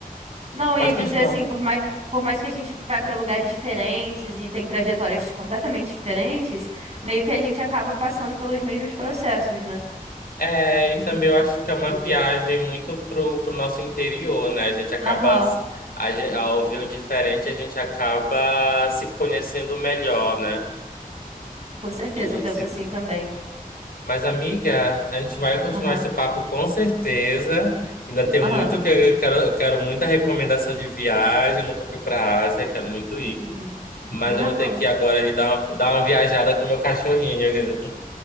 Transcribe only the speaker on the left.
Pode
continuar.
É,
e também
eu acho que é uma viagem
muito pro, pro nosso interior, né? A gente acaba,
s- a gen- ao ver o diferente, a gente acaba se conhecendo melhor, né?
E
se...
Mas, amiga, a gente vai continuar
esse papo com certeza. Ainda tem muito
que eu quero, eu quero muita recomendação de viagem. Nunca fui pra Ásia, quero muito ir.
Mas
eu vou ter que ir agora ali dar uma, dar uma viajada com o meu cachorrinho, <laughs>